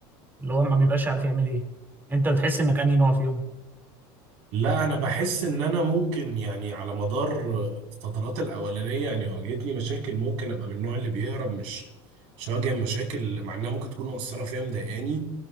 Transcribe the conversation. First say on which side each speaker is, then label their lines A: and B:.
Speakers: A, on the right (about 15°); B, on the right (about 55°).
A: اللي هو ما بيبقاش عارف يعمل ايه انت بتحس انك انهي نوع فيهم
B: لا انا بحس ان انا ممكن يعني على مدار الفترات الاولانيه يعني واجهتني مشاكل ممكن ابقى من النوع اللي بيهرب مش مش هواجه مشاكل مع انها ممكن تكون مؤثره فيا مضايقاني